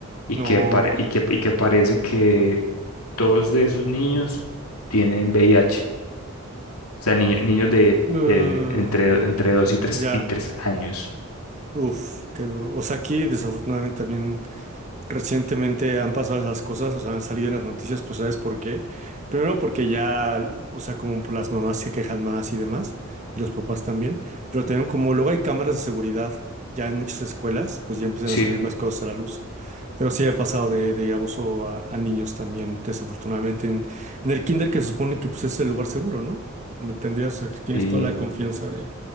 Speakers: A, on the left; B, on the right.
A: y
B: No.
A: que, pare- y que, y que parece que dos de esos niños tienen VIH, o sea, ni- niños de,
B: eh,
A: de entre, entre dos y tres
B: ya.
A: y tres años.
B: Uf, qué duro. O sea, aquí desafortunadamente también. Recientemente han pasado esas cosas, o sea, han salido en las noticias, pues ¿sabes por qué? Primero porque ya, o sea, como por las mamás se quejan más y demás, y los papás también, pero también como luego hay cámaras de seguridad ya en muchas escuelas, pues ya empiezan
A: Sí,
B: a salir más cosas a la luz. Pero sí ha pasado de, de abuso a, a niños también, desafortunadamente, en, en el kinder que se supone que pues es el lugar seguro, ¿no? Donde tendrías, o sea, que tienes
A: y
B: toda la confianza de,